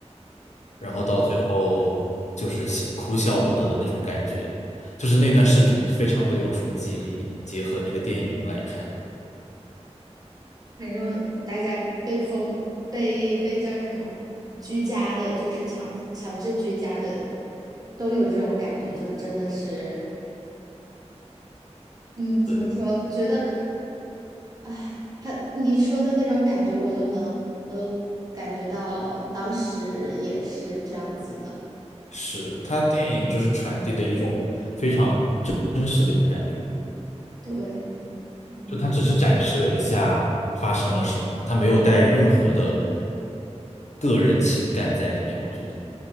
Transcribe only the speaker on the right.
嗯，
反正大家被封被被叫什么居家的，就是强强制居家的，都有这种感觉，就真的是，嗯，怎么说？
觉得。哎，他你说的那种感觉，我都能，我都感觉到当时也是这样子的。
对，嗯